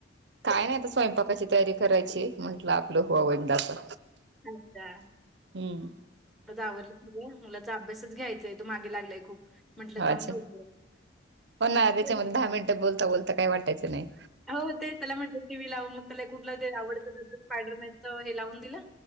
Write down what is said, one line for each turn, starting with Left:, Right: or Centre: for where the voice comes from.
Right: काय नाही आता स्वयंपाकाची तयारी करायची म्हटलं आपलं होव एकदा असं
Centre: अच्छा
Right: हम्म
Centre: आवरलं त मुलाचा अभ्यासच घ्यायचाय तो मागे लागलाय खूप म्हंटलं
Right: हो
Centre: थांब
Right: अच्छा
Centre: थोडा
Right: हो ना त्याच्यामध्ये
Centre: वेळ
Right: दहा मिनिटं बोलता, बोलता काय वाटयचं नाही
Centre: हो ते त्याला म्हटलं टी व्ही लावून मग त्याला कुठलं ज आवडतं स्पायडरमॅनच हे लावून दिलं